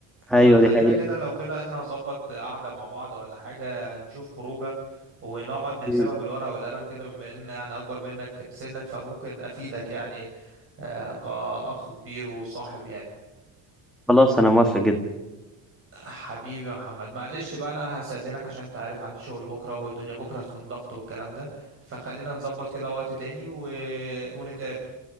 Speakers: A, in the centre; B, on the right.
A: ايوه
B: فخلينا
A: دي حقيقه
B: كده لو كده احنا نظبط قعده مع بعض ولا حاجه نشوف خروجه ونقعد نحسبها
A: مم.
B: بالورقه والقلم كده بما ان يعني اكبر منك سنا فممكن افيدك يعني آه، كاخ كبير وصاحب يعني
A: خلاص انا موافق جدا
B: حبيبي يا محمد معلش بقى انا هستأذنك عشان انت عارف عندي شغل بكرة والدنيا بكرة هتكون ضغط والكلام ده فخلينا نظبط كده وقت تاني و... ونتقابل